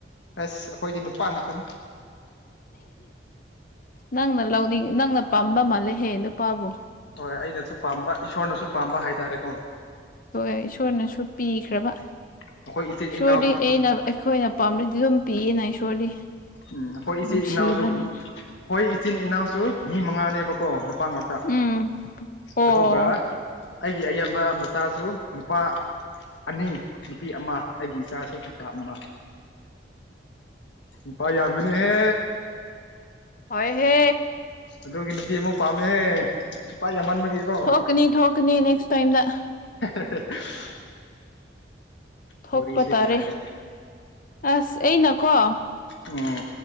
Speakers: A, on the left; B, on the left.
A: ꯑꯁ ꯑꯩꯈꯣꯏꯗꯤ ꯅꯨꯄꯥ ꯉꯥꯛꯇꯅꯤ
B: ꯅꯪꯅ ꯂꯧꯅꯤꯡ ꯅꯪꯅ ꯄꯝꯕ ꯃꯥꯜꯂꯦꯍꯦ ꯅꯨꯄꯥꯕꯨ
A: ꯍꯣꯏ ꯑꯩꯅꯁꯨ ꯄꯥꯝꯕ ꯏꯁꯣꯔꯅꯁꯨ ꯄꯥꯝꯕ ꯍꯥꯏꯇꯥꯔꯦꯀꯣ
B: ꯍꯣꯏ ꯏꯁꯣꯔꯅꯁꯨ ꯄꯤꯈ꯭ꯔꯕ
A: ꯑꯩꯈꯣꯏ ꯏꯆꯤꯟ
B: ꯏꯁꯣꯔꯗꯤ
A: ꯏꯅꯥꯎꯁꯨ
B: ꯑꯩꯅ ꯑꯩꯈꯣꯏꯅ ꯄꯥꯝꯔꯗꯤ ꯑꯗꯨꯝ ꯄꯤꯌꯦꯅ ꯏꯁꯣꯔꯗꯤ
A: ꯎꯝ ꯑꯩꯈꯣꯏ ꯏꯆꯤꯜ
B: ꯅꯨꯡꯁꯤꯕꯅꯤ
A: ꯏꯅꯥꯎꯁꯨ ꯍꯣꯏ ꯏꯆꯤꯟ ꯏꯅꯥꯎꯁꯨ ꯃꯤ ꯃꯉꯥꯅꯦꯕꯀꯣ ꯅꯨꯄꯥ ꯉꯥꯛꯇ
B: ꯎꯝ ꯑꯣ
A: ꯑꯗꯨꯒ ꯑꯩꯒꯤ ꯑꯌꯥꯝꯕ ꯃꯆꯥꯁꯨ ꯅꯨꯄꯥ ꯑꯅꯤ ꯅꯨꯄꯤ ꯑꯃ ꯑꯩꯒꯤ ꯏꯆꯥꯁꯨ ꯅꯨꯄꯥ ꯑꯃ ꯅꯨꯄꯥ ꯌꯥꯝꯕꯅꯦꯍꯦ
B: ꯍꯣꯏꯍꯦ
A: ꯑꯗꯨꯒꯤ ꯅꯨꯄꯤ ꯑꯃꯨꯛ ꯄꯥꯝꯃꯦ ꯅꯨꯄꯥ ꯌꯥꯝꯃꯟꯕꯒꯤꯀꯣ
B: ꯊꯣꯛꯀꯅꯤ ꯊꯣꯛꯀꯅꯤ ꯅꯦꯛꯁ ꯇꯥꯏꯝꯗ
A: <unintelligible>
B: ꯊꯣꯛꯄ
A: ꯋꯥꯔꯤꯁꯦ
B: ꯇꯥꯔꯦ
A: ꯅꯨꯡꯉꯥꯏꯔꯦ
B: ꯑꯁ ꯑꯩꯅꯀꯣ
A: ꯎꯝ